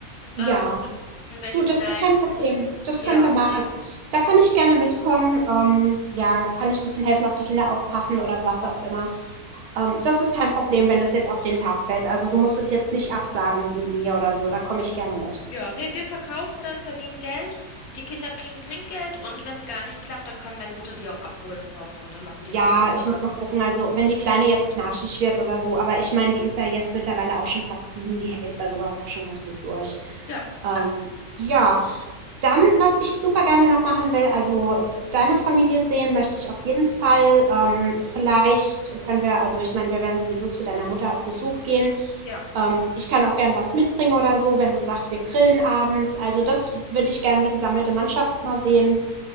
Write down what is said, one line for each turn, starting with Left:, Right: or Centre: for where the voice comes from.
Right: Ja.
Left: Ähm, und wenn
Right: Du,
Left: die Kleinen,
Right: das ist kein Problem. Das
Left: ja.
Right: können wir machen. Da kann ich gerne mitkommen. Ähm, ja, kann ich ein bisschen helfen, auf die Kinder aufpassen oder was auch immer. Ähm, das ist kein Problem, wenn das jetzt auf den Tag fällt. Also du musst es jetzt nicht absagen wegen mir oder so. Da komme ich gerne mit.
Left: Ja, nee, wir verkaufen dann, verdienen Geld, die Kinder kriegen Trinkgeld und wenn es gar nicht klappt, dann kann meine Mutter die auch abholen kommen und dann machen die
Right: Ja,
Left: zu Hause
Right: ich
Left: was.
Right: muss mal gucken. Also, wenn die Kleine jetzt knatschig wird oder so, aber ich meine, die ist ja jetzt mittlerweile auch schon fast sieben, die hält bei sowas auch schon ganz gut durch.
Left: Ja,
Right: Ähm, ja, dann, was ich super gerne noch machen will, also deine Familie sehen möchte ich auf jeden Fall. Ähm, vielleicht können wir, also ich meine, wir werden sowieso zu deiner Mutter auf Besuch gehen.
Left: ja.
Right: Ähm, ich kann auch gern was mitbringen oder so, wenn sie sagt, wir grillen abends. Also das würde ich gern die gesammelte Mannschaft mal sehen